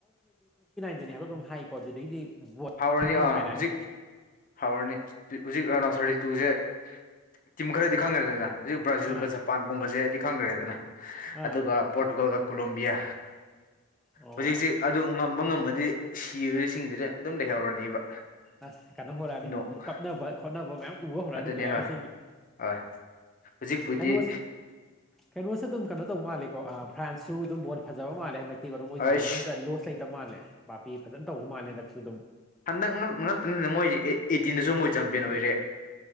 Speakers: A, in the centre; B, on the left (about 40°).
A: <unintelligible> ꯑꯗꯨꯒꯤ ꯗ
B: ꯍꯥꯎꯔꯅꯤ
A: ꯋꯥꯔꯤ
B: ꯑꯥ
A: ꯅꯨꯡꯈꯥꯏ ꯔꯒꯑꯅꯤ
B: ꯍꯧꯖꯤꯛ ꯍꯥꯎꯔꯅꯤ ꯍꯧꯖꯤꯛ ꯔꯑꯣꯟ ꯎꯐ ꯊꯥꯔꯇꯤ ꯇꯨꯁꯦ ꯇꯤꯝ ꯈꯔꯗꯤ ꯈꯪꯅꯔꯦꯅ ꯍꯧꯖꯤꯛ ꯕ꯭ꯔꯥꯖꯤꯜꯒ
A: ꯑꯥ
B: ꯖꯄꯥꯟꯒꯨꯝꯕꯁꯦꯗꯤ ꯈꯪꯈ꯭ꯔꯦꯗꯅ
A: ꯑꯥ
B: ꯑꯗꯨꯒ ꯄꯣꯔꯇꯨꯒꯜꯒ ꯀꯣꯂꯣꯝꯕꯤꯌꯥ
A: ꯑꯣ
B: ꯍꯧꯖꯤꯛꯁꯤ ꯑꯗꯨ ꯉꯝꯕ ꯉꯝꯕꯗꯤ ꯁꯤꯕꯁꯤꯡꯁꯤꯗ ꯑꯗꯨꯝ ꯂꯩꯍꯧꯔꯅꯦꯕ
A: ꯑꯁ ꯀꯩꯅꯣ ꯍꯧꯔꯛꯑꯅꯤ
B: ꯅꯣꯡ
A: ꯀꯞꯅꯕ ꯈꯣꯠꯅꯕ ꯃꯌꯥꯝ ꯎꯕ ꯍꯧꯔꯅꯤ
B: ꯑꯗꯨꯅꯦ
A: ꯄ꯭ꯂꯦꯌꯔꯁꯤꯡ
B: ꯍꯣꯏ ꯍꯣꯏ ꯍꯧꯖꯤꯛꯄꯨꯗꯤ
A: ꯀꯩꯅꯣ ꯀꯩꯅꯣꯁꯨ ꯑꯗꯨꯝ ꯀꯩꯅꯣ ꯇꯧꯕ ꯃꯥꯜꯂꯦꯀꯣ ꯑꯥ ꯐ꯭ꯔꯥꯟꯁꯁꯨ ꯑꯗꯨꯝ ꯕꯣꯜ ꯐꯖꯕ ꯃꯥꯜꯂꯦ ꯍꯟꯗꯛ ꯃꯣꯏꯁꯦ
B: ꯑꯁ
A: ꯐꯖꯅ ꯑꯝꯇ ꯂꯣꯁ ꯂꯩꯇꯕ ꯃꯥꯜꯂꯦ ꯄꯥꯥꯄꯦ ꯐꯖꯅ ꯇꯧꯕ ꯃꯥꯜꯂꯦ ꯍꯟꯗꯛꯁꯨ ꯑꯗꯨꯝ
B: ꯍꯟꯗꯛ ꯉꯛ ꯉꯇꯅ ꯃꯣꯏ ꯑꯦꯇꯤꯅꯁꯨ ꯃꯣꯏ ꯆꯝꯄꯤꯌꯟ ꯑꯣꯏꯔꯦ